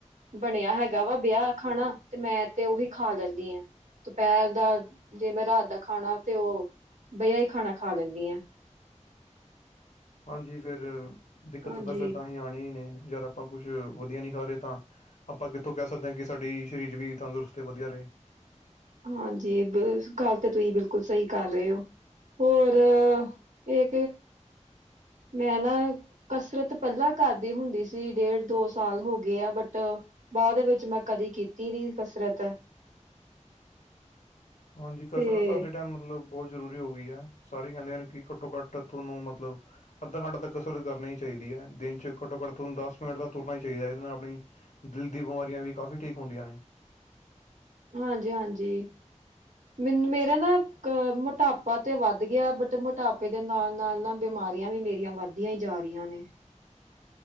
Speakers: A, on the right; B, on the left.
A: ਬਣਿਆ ਹੈਗਾ ਬੇਹਿਆ ਖਾਣਾ ਤੇ ਮੈਂ ਤੇ ਉਹੀ ਖਾ ਲੈਦੀ ਆ ਦੁਪਹਿਰ ਦਾ ਜੇ ਮੈਂ ਰਾਤ ਦਾ ਖਾਣਾ ਤੇ ਉਹ ਬ ਖਾਣਾ। ਖਾ ਲੈਂਦੀ ਹਾਂ।
B: ਹਾਂਜੀ ਫਿਰ ਦਿੱਕਤ
A: ਹਾਂਜੀ
B: ਹੁੰਦਾ ਫਿਰ ਤਾਂ ਅਸੀਂ ਆਣੀ ਨੇ ਯਾਰ ਆਪਾਂ ਕੁਝ ਉਹਦੀਆਂ ਨਹੀਂ ਖਾ ਰਹੇ ਤਾਂ ਆਪਾਂ ਕਿੱਥੋਂ ਕਹਿ ਸਕਦੇ ਆ ਕਿ ਸਾਡੀ ਸਰੀਰ ਵੀ ਤੰਦਰੁਸਤ ਤੇ ਵਧੀਆ ਰਹੇ। <inaudible>
A: ਹਾਂਜੀ ਇਸ ਗੱਲ ਤੇ ਤੁਸੀਂ ਬਿਲਕੁਲ ਸਹੀ ਕਰ ਰਹੇ ਹੋ। ਹੋਰ-ਇਹ ਮੈਂ ਨਾ ਕਸਰਤ ਪਹਿਲਾਂ ਕਰਦੀ ਹੁੰਦੀ ਸੀ ਡੇਢ ਦੋ ਸਾਲ ਹੋ ਗਏ ਆ ਬਟ ਬਾਅਦ ਦੇ ਵਿੱਚ ਮੈਂ ਕਦੀ ਕੀਤੀ ਨਹੀਂ ਕਸਰਤ
B: ਹਾਂਜੀ ਕਸਰਤ
A: ਤੇ
B: ਆਦੀ ਟਾਈਮ ਮਤਲਬ ਉਹ ਜਰੂਰੀ ਹੋ ਗਈ ਆ ਸਾਰੇ ਕਹਿੰਦੇ ਕੀ ਘੱਟੋ ਘੱਟ ਤੁਹਾਨੂੰ ਮਤਲਬ ਅੱਧਾ ਘੰਟਾ ਤੱਕ ਅਸਰ ਕਰਨਾ ਹੀ ਚਾਹੀਦਾ। ਦਿਨ ਚ ਘੱਟੋ ਘੱਟ ਤੁਹਾਨੂੰ ਦਸ਼ ਮਿੰਟ ਦਾ ਤੁਰਨਾ ਹੀ ਚਾਹੀਦਾ ਇਹਦੇ ਨਾਲ ਆਪਣੀ ਦਿਲ ਦੀ ਬਿਮਾਰੀਆਂ ਦੀ ਕਾਫੀ ਠੀਕ ਹੁੰਦੀ। <unintelligible>
A: ਹਾਂਜੀ- ਹਾਂਜੀ। ਮੈਨੂੰ ਮੇਰਾ ਨਾ ਅਹ ਮੋਟਾਪਾ ਤੇ ਵੱਧ ਗਿਆ। ਬਟ ਮੋਟਾਪੇ ਦੇ ਨਾਲ- ਨਾਲ ਨਾ ਬਿਮ ਆਰੀਆਂ ਵੀ ਮੇਰੀਆਂ ਵੱਧਦੀਆਂ ੲ ਜਾ ਰੀਆਂ ਨੇ।